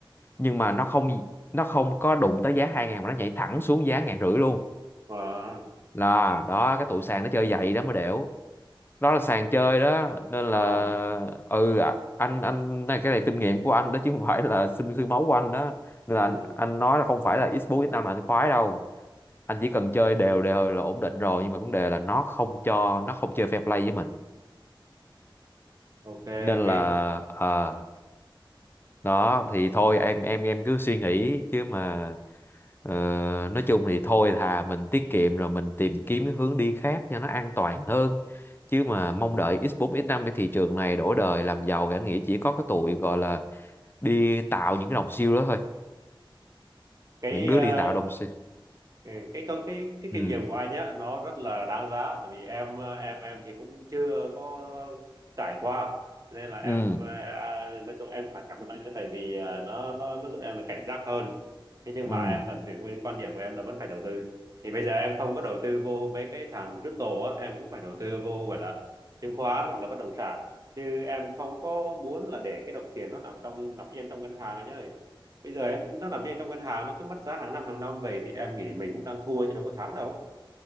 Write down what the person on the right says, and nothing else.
à,
à,
ừ.
ok
cái
cái
ờ,
Ừ, cái câu cái cái
kinh nghiệm của anh nhá nó rất là đáng giá tại vì em ờ, em em thì cũng chưa có trải qua nên là em
ờ, à, nói chung em phải cảm ơn anh nữa tại vì ờ, nó nó nó giúp em là cảnh giác hơn thế nhưng
mà em vẫn giữ nguyên cái quan điểm của em là vẫn phải đầu tư thì bây giờ em không có đầu tư vô mấy cái thằng crypto á em cũng phải đầu tư vô gọi là chứng khoán hoặc là bất động sản chứ em không có muốn là để cái đồng tiền nó nằm trong nằm yên trong ngân hàng anh ơi bây giờ em nó nằm yên trong ngân hàng nó cứ mất giá hàng năm hàng năm về thì em nghĩ mình cũng đang thua chứ đâu có thắng đâu